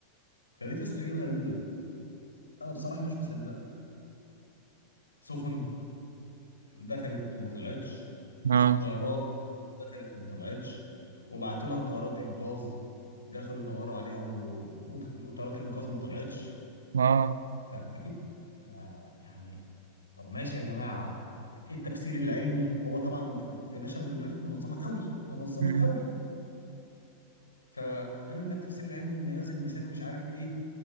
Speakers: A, on the left; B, on the right.
A: فلقيت يا اسطى حاجات غريبه انا بصراحه مش مصدقها سفن دخلت وما طلعتش
B: اه
A: وطيارات دخلت وما طلعتش وبعتوا لها طيارات انقاذ دخلوا يدوروا عليها و... وت- وطيارات الانقاذ ما طلعتش
B: اه
A: فما في آه يعني طب ماشي يا جماعة ايه التفسير العلمي هو طبعا في في ناشونال جيوغرافيك منظمه قوي منظمه
B: مم.
A: قوي فقالوا لنا التفسير العلمي ان غاز الميثان مش عارف ايه